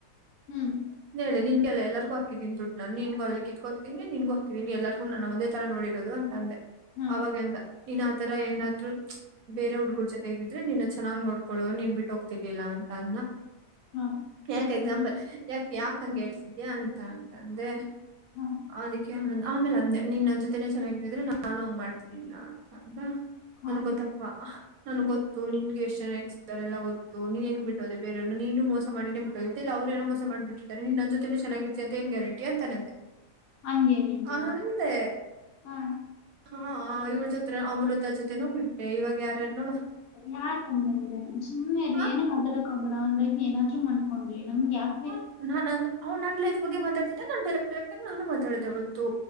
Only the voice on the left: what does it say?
ಹ್ಮ್
ಹಾ
ಹಾ
ಹಾ
ಹಾ
ಹಂೇ ನೀನು
ಹಾ
ಯಾಕಮಂದೆ ಸುಮ್ಮ್ನೆಾರರು
ಏನ ಮಾತಾಡಕೋಗ್ಬೇಡ ಒಂದ್ ಲೈಫ್ ಏನಾದ್ರು ಮಾಡ್ಕೊಂಡ್ಲಿ ನಮ್ಗೆ ಯಾಕ